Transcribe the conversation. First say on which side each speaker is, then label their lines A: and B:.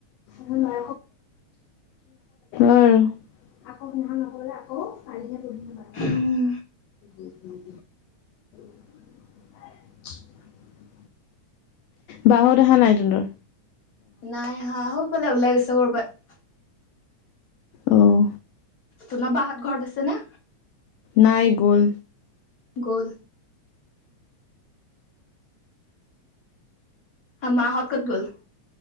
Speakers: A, on the left (about 75°); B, on the left (about 30°).
A: <unintelligible> <unintelligible> অ আকৌ সহা নকলে আকৌ কাইটিয়া কঢ ন প
B: উম।
A: <unintelligible> উম উ <unintelligible> বা হত অহা নাই তহতৰ?
B: নাই অহা সৌফালে ওলাই গৈছে কৰ'বাত
A: অঁ
B: তোমাৰ বা হত ঘৰত আছে নে?
A: নাইগ'ল।
B: গল মাহত কত গ'ল?